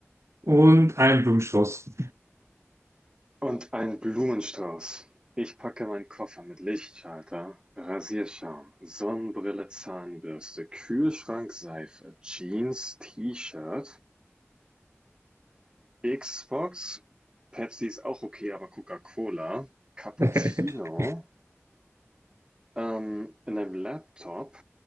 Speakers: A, on the right (about 70°); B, on the right (about 20°).
A: und einen Blumenstrauß.
B: Und ein Blumenstrauß. Ich packe meinen Koffer mit Lichtschalter, Rasierschaum, Sonnenbrille, Zahnbürste, Kühlschrank, Seife, Jeans, T-Shirt, Xbox, Pepsi ist auch okay, aber Coca-Cola, Cappuccino,
A: <laughs>
B: ähm, in einem Laptop